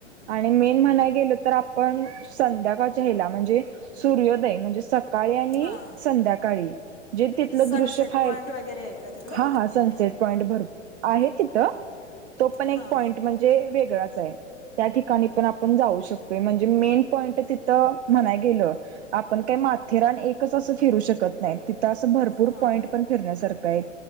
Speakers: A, on the right; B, on the left.
A: आणि मेन म्हणाय गेलं तर आपण संध्याकाळच्या ह्याला म्हणजे सूर्योदय म्हणजे स सकाळी आणि
B: हां
A: संध्याकाळी जे तिथलं
B: सनसेट
A: दृश्य फायल
B: पॉईंट वगैरे आहे का तिकडं
A: हा हा सनसेट. पॉइन्ट भर आहे तिथ तो पण एक
B: हां
A: पॉइन्ट म्हणजे वेगळाच आहे. त्या ठिकाणी पण आपण जाऊ शकतोय म्हणजे मेन पॉईंट तिथं म्हणाय गेलं आपण काय माथेरान एकच अस फिरू शकत नाही तिथ अस भरपूर
B: हां
A: पॉईंट पण फिरण्यासारखं आहेत.